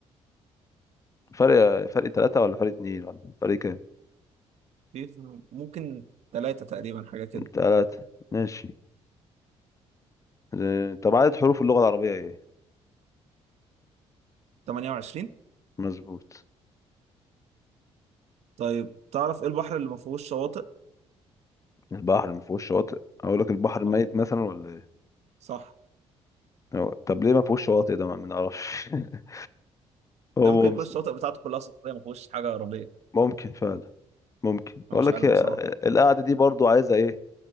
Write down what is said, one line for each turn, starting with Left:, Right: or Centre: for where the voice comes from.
Left: فرق فرق ثلاثة ولا فرق اتنين ولا فرق كام
Right: في ممكن ثلاثه تقريبا حاجه كده
Left: ثلاثة ماشي آه، طب عدد حروف اللغة العربية ايه؟
Right: 28
Left: مظبوط
Right: طيب تعرف ايه البحر اللي ما فيهوش شواطئ
Left: البحر ما فيهوش شواطئ اقول لك البحر
Right: لا.
Left: ميت مثلا ولا ايه؟
Right: صح
Left: أو- طب ليه ما فيهوش شواطئ ده ما ما نعرفش <laughs> هو
Right: ده ممكن يكون
Left: مز-
Right: الشواطئ بتاعته كلها صخريه ما فيهوش حاجه رمليه
Left: ممكن فعلا ممكن
Right: انا
Left: اقول
Right: مش
Left: لك
Right: عارف
Left: هي
Right: بصراحه
Left: القعدة دي برضو عايزة ايه؟